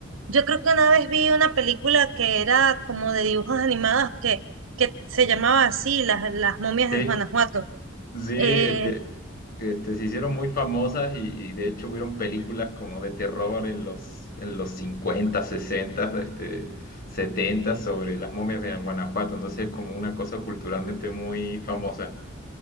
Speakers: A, on the right; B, on the left.
A: yo creo que una vez vi una película que era como de dibujos animados que, que se llamaba así, las, las momias
B: Sí,
A: de Guanajuato.
B: sí,
A: Eh,
B: este, se hicieron muy famosas y, y de hecho hubieron películas como de terror en los, en los 50 60, este, 70 sobre las momias de Guanajuato, entonces es como una cosa culturalmente muy famosa.